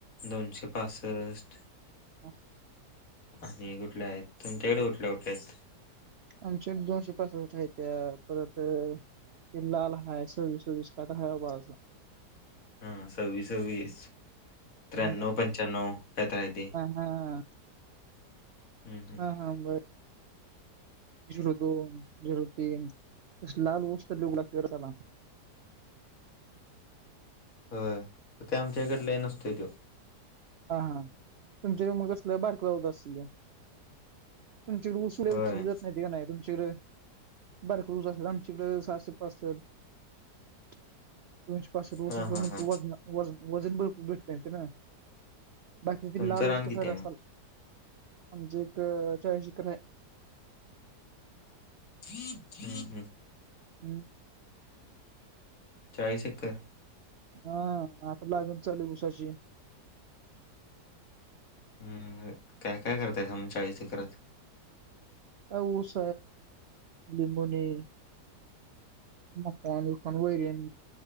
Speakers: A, on the left (about 55°); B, on the right (about 85°).
A: दोनशे पासष्ट.
B: आ हं,
A: आणि कुठल्या आहेत, तुमच्याकडे कुठल्या-कुठल्या आहेत.
B: आमचे दोनशे पासष्ट आहे त्या परत अं ते लाल हाय सव्वीस-सव्वीस काय तर हाय बघा असा
A: हा सव्वीस-सव्वीस, त्र्याण्णव,
B: हा
A: पंच्याण्णव काय तर आहे ते.
B: हा,
A: हम्म हम्म.
B: हा-हा बरं. झीरू दोन, झिरू तीन तस लाल होस तर उघडा फिरत आला.
A: होय त ते आमच्या हिच्यात लैय नसतोय त्यो.
B: हा-हा तुमच्या इकड मग कसलं बारक आसलंया तुमचकडं
A: होय
B: <unintelligible> ते नाही तुमच्या इडं बारकूसच आमच्याकडं सहाशे पासष्ट <inaudible> दोनशे पासष्ट व
A: हा हा हा
B: वजना-वजन भरपूर घेत नाहीत ना. बाकी तिकडं
A: तुमचं
B: लाल
A: रान
B: ऊस
A: किती
B: कसार
A: आहे
B: असाल
A: मग
B: आमचे एक चाळीस एकर आहे.
A: <inaudible>
B: हम्म,
A: चाळीस एकर
B: हा आता लागन चालू ये उसाची.
A: हम्म, काय-काय करताय तुम्ही चाळीस एकरात?
B: अं उस, लिंबोनी मग काय आणि मोकार वैर येन्